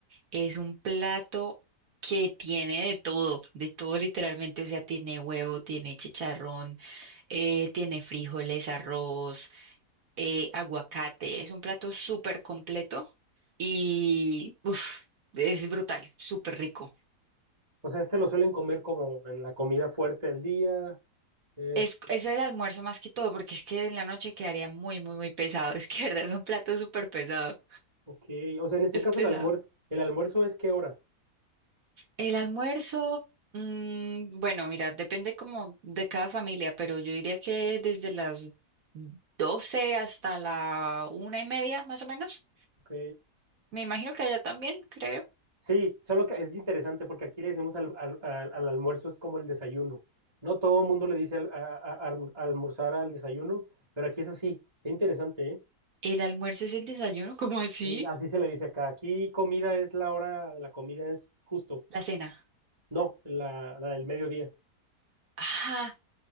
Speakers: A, on the right; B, on the right.
A: Es un plato que tiene de todo, de todo literalmente, o sea, tiene huevo, tiene chicharrón, eh, tiene frijoles, arroz, eh, aguacate. Es un plato súper completo y uf, es brutal, súper rico.
B: O sea, este lo suelen comer como en la comida fuerte del día. Es,
A: Es, es el almuerzo más que todo, porque es que en la noche quedaría muy, muy, muy pesado. <laughs> Es que, verdad, es un plato súper pesado.
B: ok. O sea, en este
A: Es
B: caso
A: pesado.
B: el almuerzo, ¿el almuerzo es qué hora?
A: El almuerzo, mm, bueno, mira, depende como de cada familia, pero yo diría que desde las 12 hasta la una y media, más o menos.
B: Ok.
A: Me imagino que allá también, creo.
B: Sí, solo que es interesante porque aquí le decimos al, al- al- al almuerzo es como el desayuno. No todo el mundo le dice al- a, a- a- almorzar al desayuno, pero aquí es así. Qué interesante, ¿eh?
A: El almuerzo es el desayuno, <laughs> ¿cómo así?
B: Y así se le dice acá. Aquí comida es la hora de la comida, es justo.
A: La cena.
B: No, la, la del mediodía.
A: Ah,